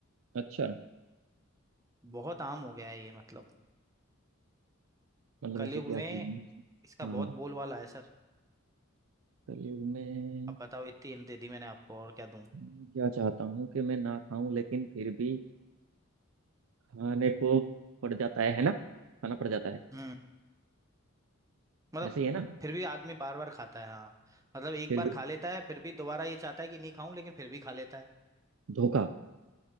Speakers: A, on the right (about 65°); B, on the right (about 15°).
A: अच्छा
B: बहुत आम हो गया है ये मतलब
A: मतलब
B: कलयुग
A: ऐसी क्या
B: में
A: चीज है
B: इसका बहुत
A: हाँ
B: बोलबाला है सर
A: कलयुग में
B: अब बताओ इतनी हिंट दे दी मैंने आपको और क्या दूं
A: मैं क्या चाहता हूँ कि मैं ना खाऊं लेकिन फिर भी खाने को पड़ जाता है है ना खाना पड़ जाता है
B: हम्म मतलब
A: ऐसे ही है ना
B: फिर भी आदमी बार बार खाता है हाँ मतलब एक
A: फिर
B: बार
A: भी
B: खा लेता है फिर भी दोबारा ये चाहता है कि नहीं खाऊं लेकिन फिर भी खा लेता है
A: धोखा